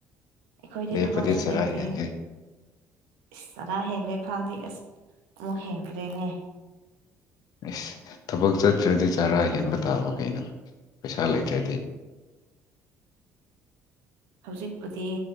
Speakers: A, on the right; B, on the left.
A: ꯑꯩꯈꯣꯏꯗꯤ
B: ꯂꯦꯞꯄꯗꯤ
A: ꯊꯕꯛꯁꯨ
B: ꯆꯔꯥ
A: ꯂꯩꯇꯦ
B: ꯍꯦꯜꯂꯦ
A: ꯆꯔꯥ ꯍꯦꯜꯂꯦ ꯐꯥꯎꯗꯤ ꯑꯁ ꯑꯃꯨꯛ ꯍꯦꯟꯈ꯭ꯔꯦꯅꯦ
B: ꯑꯦꯁ ꯊꯕꯛ ꯆꯠꯇ꯭ꯔꯗꯤ ꯆꯥꯔꯥ ꯍꯦꯟꯕ ꯇꯥꯕ ꯀꯩꯅꯣ ꯄꯩꯁꯥ ꯂꯩꯇ꯭ꯔꯗꯤ
A: ꯍꯧꯖꯤꯛꯄꯨꯗꯤ